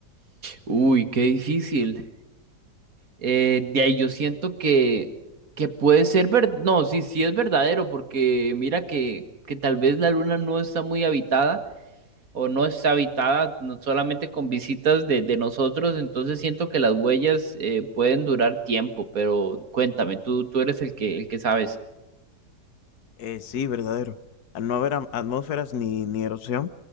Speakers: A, on the right; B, on the left.
A: Uy, qué difícil. Eh, de ahí yo siento que, que puede ser ver No, sí, sí es verdadero, porque mira que, que tal vez la luna no está muy habitada o no está habitada no solamente con visitas de, de nosotros, entonces siento que las huellas eh, pueden durar tiempo, pero cuéntame, tú, tú eres el que, el que sabes.
B: Eh, sí, verdadero. Al no haber am- atmósferas ni, ni erosión,